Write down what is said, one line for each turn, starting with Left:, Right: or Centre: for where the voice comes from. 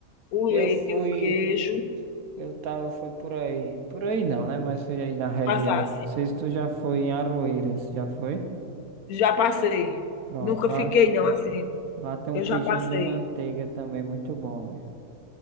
Left: o
Right: Eu
Left: leite
Right: fui,
Left: e o queijo
Right: eu tá, eu fui por aí. Por aí não, né? Mas foi aí na região.
Left: passasse.
Right: Não sei se tu já foi em Aroeiras, já foi?
Left: Já passei.
Right: Pronto,
Left: Nunca
Right: lá,
Left: fiquei, não, assim.
Right: lá tem
Left: Eu
Right: um queijinho
Left: já passei.
Right: de manteiga também, muito bom, velho.